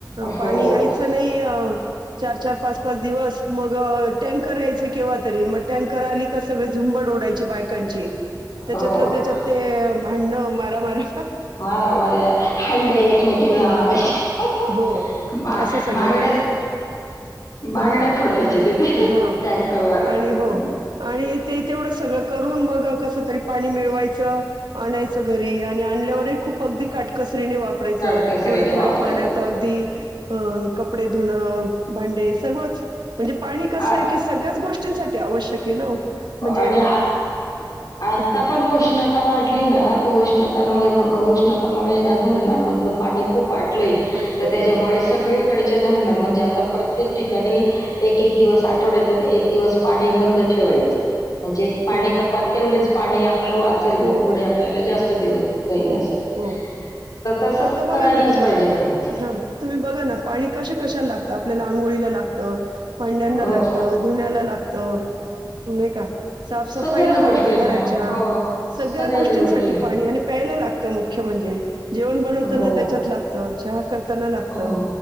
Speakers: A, on the left (about 50°); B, on the right (about 75°).
A: हो
B: पाणी यायचं नाही अ चार चार पाच पाच दिवस मग टँकर यायचं केव्हा तरी मग टँकर आली का सगळ झुंबड उडायची बायकांची त्याच्यात
A: हो
B: त्याच्यात ते भांडण मारा माऱ्या
A: मारा माऱ्या हंडे एकमेकांना
B: हां,
A: मारायचे
B: हो.
A: बा-बांगड्याच
B: असं सगळं आणि
A: बांगड्या
B: हां,
A: फोडायच्या तेथे
B: हां.
A: टँकर वर
B: आणि हो
A: हम्म.
B: आणि ते तेवढं सगळं करून मग कसं तरी पाणी मिळवायचं आणायचं घरी आणि आणल्यावरही खूप अगदी काटकसरीने वाप वापरायचा
A: काटकसरीने
B: थोड्या-थोड्या
A: वापरायचं
B: पाण्यात अगदी अ कपडे धुणं भांडे सर्वच म्हणजे पाणी कसं
A: आ-
B: आहे की स सगळ्याच गोष्टींसाठी आवश्यक आहे हो ना म्हणजे
A: आणि आ- आता
B: ह
A: पण उष्ण ता वाढली ना आता उष्णता न मध उष्णतामुळे ना धरणांमधलं पाणी खूप वाटलंय.
B: आटलंय
A: तर त्याच्यामुळे
B: बरोबर
A: सगळीकडच्या धरणान म्हणजे आता प्रत्येक ठिकाणी एक-एक दिवस आठवड्यातून एक दिवस पाणी बंद ठेवायच म्हणजे पाणी
B: ह
A: कपात तेवढेच पाणी आपलं वा चेल
B: हो
A: व
B: बरोबर
A: पुढे आपल्याला जास्त दिवस
B: हो
A: जाईल
B: हो
A: असं.
B: हो हो
A: तर तसं
B: आता बघा
A: करायलाच
B: ना तुम्ही
A: पाहिजे खरच.
B: हा तुम्ही बघा ना पाणी कशा-कशाला लागतं आपल्याला आंघोळीला लागतं भांड्यांना
A: हो.
B: लागतं धुण्याला लागतं नाही का साफसफाईला
A: सगळ्याच
B: लागत
A: गोष्टींना.
B: घराच्या
A: हो.
B: सगळ्या
A: सगळ्याच
B: गोष्टींसाठी
A: गोष्टींना.
B: पाणी आणि प्यायला लागतं मुख्य म्हणजे जेवण बनवताना
A: हो.
B: त्याच्यात लागतं, चहा करताना लागतं
A: हो.